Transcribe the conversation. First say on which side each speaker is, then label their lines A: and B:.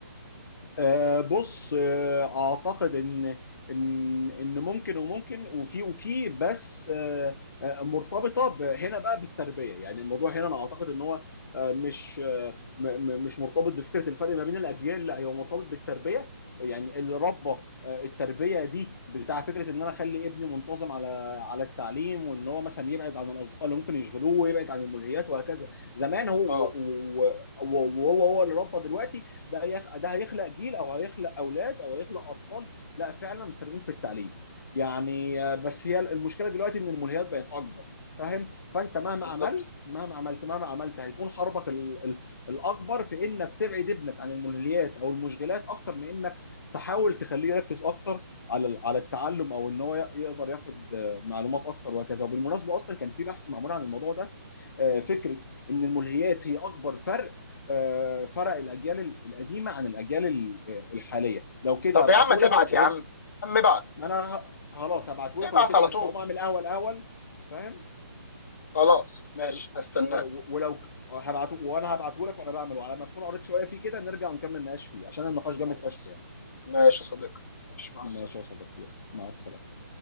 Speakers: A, on the left; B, on the left.
A: آه، بص آه، اعتقد ان ان ان ممكن وممكن وفي وفي بس آه، آه، مرتبطه ب- هنا بقى بالتربيه يعني الموضوع هنا انا اعتقد ان هو آه، مش آه، م- م- مش مرتبط بفكره الفرق ما بين الاجيال لا هو مرتبط بالتربيه يعني اللي ربى آه، التربيه دي بتاع فكره ان انا اخلي ابني منتظم على على التعليم وان هو مثلا يبعد عن الاصدقاء اللي ممكن يشغلوه ويبعد عن الملهيات وهكذا زمان هو
B: اه
A: وهو هو اللي ربى دلوقتي ده هيخ... ده هيخلق جيل او هيخلق اولاد او هيخلق اطفال لا فعلا فارقين في التعليم يعني آه، بس هي المشكله دلوقتي ان الملهيات بقت اكبر فاهم فانت مهما
B: بالظبط
A: عملت مهما عملت مهما عملت هيكون حربك ال... ال... الاكبر في انك تبعد ابنك عن الملهيات او المشغلات اكتر من انك تحاول تخليه يركز اكتر على ال- على التعلم او ان هو ي- يقدر ياخد آه، معلومات اكتر وهكذا وبالمناسبه اصلا كان في بحث معمول عن الموضوع ده آه، فكره ان الملهيات هي اكبر فرق آه، فرق الاجيال القديمه عن الاجيال الحاليه لو كده
B: طب
A: هبعته
B: يا عم تبعت
A: لك واقوم
B: يا عم عم ابعت
A: ما انا خلاص هبعته
B: ابعت
A: لك ولو كده
B: على
A: بس
B: طول
A: اقوم اعمل قهوه الاول فاهم
B: خلاص ماشي
A: ول-
B: هستناك
A: ولو هبعته وانا هبعته لك وانا بعمله على ما تكون قريت شويه فيه كده نرجع ونكمل نقاش فيه عشان النقاش جامد
B: خلاص
A: فشخ يعني
B: ماشي يا صديقي ماشي مع
A: ماشي
B: السلامه
A: يا صديقي مع السلامه